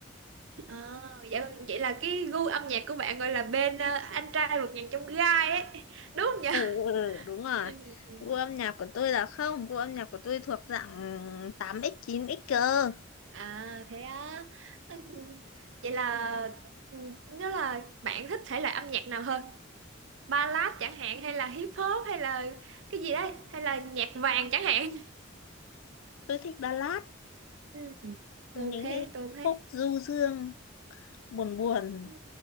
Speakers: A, on the right; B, on the left.
A: ờ vậy, vậy là cái gu âm nhạc của bạn gọi là bên ờ, anh trai một ngàn trong gai ấy đúng không nhỉ
B: Ừ, ừ, ừ, đúng rồi.
A: Ừ.
B: Gu âm nhạc của tôi là không, gu âm nhạc của tôi thuộc dạng 8x, 9x cơ.
A: À thế á. Ừ, Vậy là ừ, nó là bạn thích thể loại âm nhạc nào hơn? Ballad chẳng hạn hay là hip hop hay là cái gì đấy hay là nhạc vàng chẳng hạn.
B: Tôi thích ballad,
A: Ừ.
B: những
A: Tôi thế,
B: cái
A: tôi thế.
B: khúc du dương, buồn buồn,
A: Ừ.